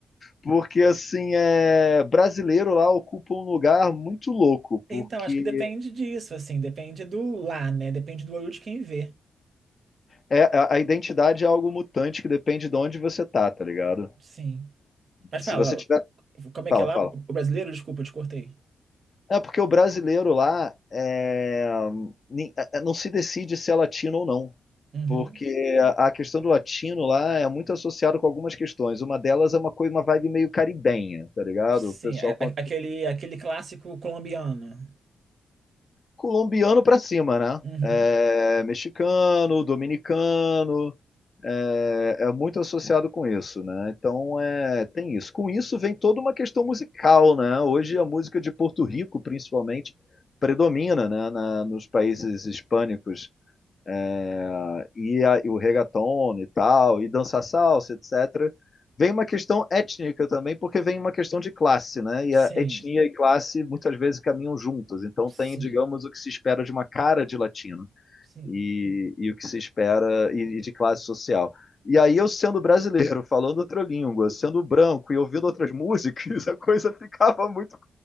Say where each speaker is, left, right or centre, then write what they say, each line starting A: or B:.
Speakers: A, on the left; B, on the right.
A: porque assim é brasileiro lá ocupa um lugar muito louco, porque
B: Então, acho que depende disso, assim. Depende do lá, né? Depende do olho de quem vê.
A: é a, a identidade é algo mutante que depende de onde você tá, tá ligado?
B: Sim. Mas
A: Se
B: fala,
A: você tiver,
B: como
A: fala,
B: é que é lá?
A: fala.
B: O brasileiro? Desculpa, eu te cortei.
A: É porque o brasileiro lá é, ni- é, é, não se decide se é latino ou não.
B: Uhum.
A: Porque a a questão do latino lá é muito associada com algumas questões. Uma delas é uma coisa, uma vibe meio caribenha, tá ligado?
B: Sim,
A: O pessoal
B: a- a-
A: quando-
B: aquele, aquele clássico colombiano.
A: colombiano pra cima, né?
B: Uhum.
A: É, mexicano, dominicano, é, é muito associado com isso, né? Então é, tem isso. Com isso vem toda uma questão musical, né? Hoje a música de Porto Rico, principalmente, predomina, né? na- nos países hispânicos ah, e, a- e o reggaeton e tal e dança salsa, etc. Vem uma questão étnica também, porque vem uma questão de classe, né? E
B: Sim.
A: a etnia e classe muitas vezes caminham juntas. Então
B: Sim.
A: tem, digamos, o que se espera de uma cara de latino
B: Sim.
A: e, e o que se espera e, e de classe social. E aí eu sendo brasileiro, falando outra língua, sendo branco e ouvindo outras músicas, <laughs> a coisa ficava muito,